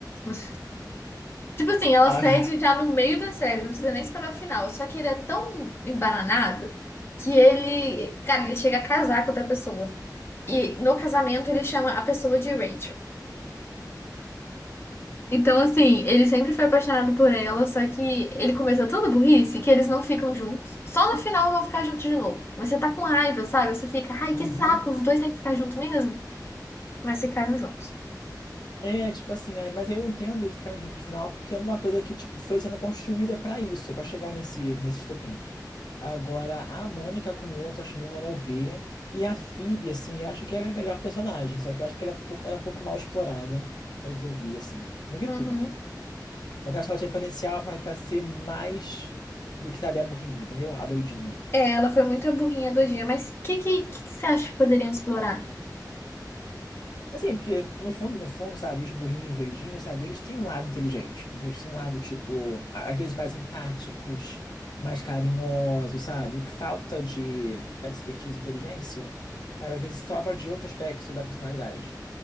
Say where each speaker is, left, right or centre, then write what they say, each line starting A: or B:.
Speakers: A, on the left; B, on the left.
A: <laughs> Tipo assim, ela
B: Ah,
A: cede já no meio da série, não precisa nem esperar o final. Só que ele é tão embananado que ele, cara, ele chega a casar com outra pessoa. E no casamento ele chama a pessoa de Rachel. Então, assim, ele sempre foi apaixonado por ela, só que ele começou tanta burrice que eles não ficam juntos. Só no final vão ficar juntos de novo. Mas Você tá com raiva, sabe? Você fica, ai,
B: <laughs>
A: que saco, os dois têm que ficar juntos mesmo. Mas ficaram juntos.
B: É, tipo assim, aí- mas eu entendo ele ficar junto de final, porque é uma coisa que, tipo, foi sendo construída pra isso, pra chegar nesse, nesse estopim. Agora, a Mônica com o outro, eu acho meio nada a ver. E a Phoebe, assim, eu acho que ela é a melhor personagem, só que eu acho que ela é, pou- ela é um pouco mal explorada, pelo que eu vi, assim. Não vi
A: Uhum.
B: tudo, né? Mas eu acho que ela tinha potencial pra, pra ser mais do que, sabe, a burrinha, entendeu? A doidinha.
A: É, ela foi muito a burrinha do dia, mas o que, que, que que você acha que poderiam explorar?
B: Assim, porque no fundo, no fundo, sabe, os burrinhos, doidinhos, sabe, eles têm um lado inteligente, entendeu? Eles têm um lado, tipo, a- às vezes mais empáticos, mais carinhosos, sabe? O que falta de expertise e inteligência, sabe, às vezes sobra de outro aspecto da personalidade.